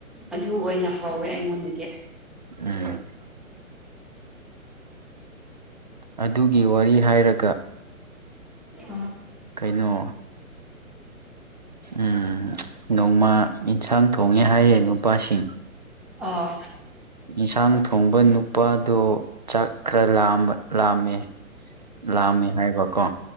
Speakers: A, in the centre; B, on the right.
A: ꯑꯗꯨ ꯑꯣꯏꯅ ꯍꯥꯎꯋꯦ ꯑꯩꯉꯣꯟꯗꯗꯤ
B: ꯎꯝ ꯑꯗꯨꯒꯤ ꯋꯥꯔꯤ ꯍꯥꯏꯔꯒ
A: ꯑ <unintelligible>
B: ꯀꯩꯅꯣ ꯎꯝ ꯅꯣꯡꯃ ꯑꯦꯟꯁꯥꯡ ꯊꯣꯡꯉꯦ ꯍꯥꯏꯌꯦ ꯅꯨꯄꯥꯁꯤꯡ
A: ꯑꯥ
B: ꯌꯦꯟꯁꯥꯡ ꯊꯣꯡꯕ ꯅꯨꯄꯥꯗꯣ ꯆꯥꯛ ꯈꯔ ꯂꯥꯝꯕ ꯂꯥꯝꯃꯦ ꯂꯥꯝꯃꯤ ꯍꯥꯏꯕꯀꯣ